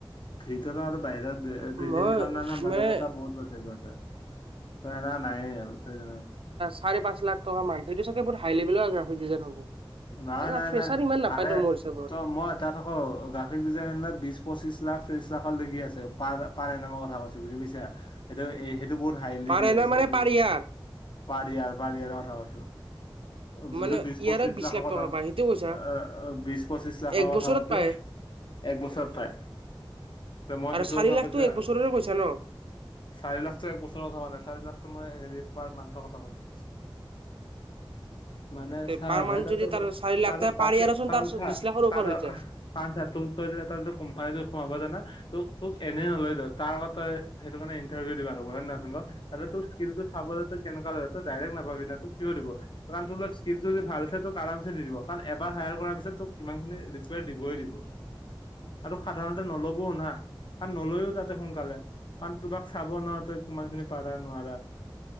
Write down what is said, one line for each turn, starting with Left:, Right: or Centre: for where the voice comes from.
Left: ভিতৰৰ আৰু বাহিৰত যে এ
Right: মই
Left: পৃথিৱীখননান মাজত
Right: মানে
Left: এটা বহুত পাৰ্থক্য আছে ত এনা নাই এ আৰু
Right: চাৰে পাঁচ লাখ টকা মান্থলি এটো চাগে বহুত হাই লভেলৰ আণ্ডা ডিজাইন হব
Left: নাই
Right: এটা
Left: নাই
Right: ফ্ৰেচাৰ
Left: নাই
Right: ইমান নাপায়তো
Left: আৰে
Right: মোৰ হিচাপত
Left: ত মইত তাত আকৌ গ্ৰাফিক ডিজাইনৰ বিছ পঁচিশ লাখ ত্ৰিশ লাখৰ লগি আছে পাৰ পাৰ এনেমৰ কথা কৈছ ত বুজি পাইছা সেইটো সেইটো বহুত হাইলি
Right: পাৰ এনাৰ
Left: আছে
Right: মানে
Left: বুজি
Right: পাৰ
Left: প
Right: ইয়াৰ।
Left: পাৰ য়াৰ পাৰ য়াৰৰ কথা কৈছো যোনটো
Right: মানে
Left: বিছ
Right: ইয়াৰত
Left: পঁচিছ লাখৰ
Right: বিশ লাখ
Left: কথা
Right: টকা পায় সেইটো কৈছা
Left: আহ বিছ পঁচিছ লাখৰ
Right: এক
Left: কথা
Right: বছৰত
Left: কৈছো
Right: পায়
Left: এক বছৰত পাই ত মই
Right: আৰু
Left: সেইটো
Right: চাৰি
Left: কথা
Right: লাখটো
Left: কৈছো
Right: এক
Left: এ
Right: বছৰৰে কৈছা ন।
Left: চাৰি লাখটো এক বছৰৰ হোৱা নাই চাৰি লাখটো মই হেৰি পাৰ মান্থ'ৰ কথা কৈছো মানে
Right: তে
Left: চাৰ
Right: পাৰ মান্থ
Left: হেত তাতে
Right: যদি
Left: কৰ,
Right: তাৰ চাৰি লাখ
Left: আৰু
Right: ত
Left: তাতে
Right: পাৰ ইয়াৰচোন
Left: কাৰোতহা
Right: তাৰ বিশ লাখৰ ওপৰ
Left: কাৰো
Right: হৈ যায়।
Left: কাৰণ চা তোৰ তই যদি তই যদি কোম্পানীত সোমাব যাৱ না তোক তোক এনেই নলয়টো তাৰ আগত তই সেইটো কাৰণে ইণ্টাৰভিউ দিব লাগিব হয় নে নহয় ত <unintelligible> আৰু তোৰ স্কিলটো চাবলৈ তই কেনেকা তই ডাইৰেক্ট নাপাবি ন তোক কিয় দিব কাৰন তোৰ লগত স্কিলটো যদি ভাল তোক আৰামছে দি দিব কাৰণ এবাৰ হায়াৰ কৰাৰ পিছত তোক ইমান খিনি ৰিকয়াৰ দিবই দিব আৰু সাধাৰণতে নলবও না কাৰণ নলয়ও তাতে সোনকালে কাৰণ তোমাক চাব ন তই কিমান খিনি পাৰা নোৱাৰা